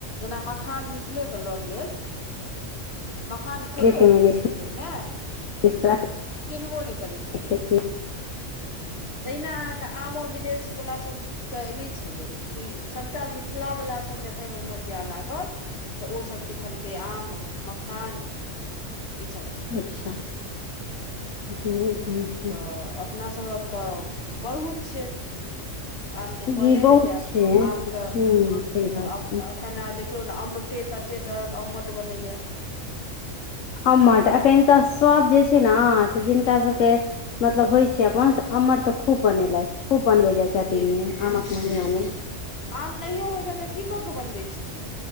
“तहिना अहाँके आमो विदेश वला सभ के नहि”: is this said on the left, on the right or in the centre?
Left